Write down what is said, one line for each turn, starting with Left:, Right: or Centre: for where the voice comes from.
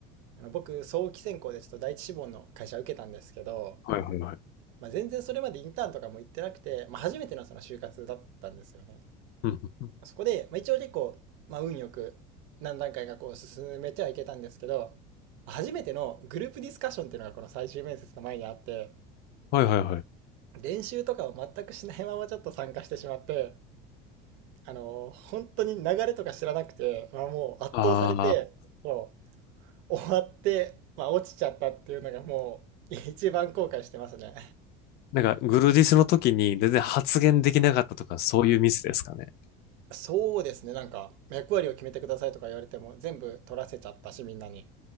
Right: あの僕、早期選考でちょっと第一志望の会社受けたんですけど、
Left: はいはいはい。
Right: まあ、全然それまでインターンとかも行ってなくて、まあ、初めてのその就活だったんですよね。
Left: うんうん
Right: そこで、まあ、一応結構、まあ、運よく何段階かこう進めてはいけたんですけど、初めてのグループディスカッションっていうのがこの最終面接の前にあって、
Left: はいはいはい。
Right: 練習とかを全くしないままちょっと参加してしまって、あの、本当に流れとか知らなくて、まあ、もう圧倒されて、
Left: ああ、
Right: もう終わって、まあ、落ちちゃったっていうのがもう一番後悔してますね。
Left: なんかグルディスの時に全然発言できなかったとか、そういうミスですかね。
Right: そうですね、なんか役割を決めてくださいとか言われても全部取らせちゃったし、みんなに。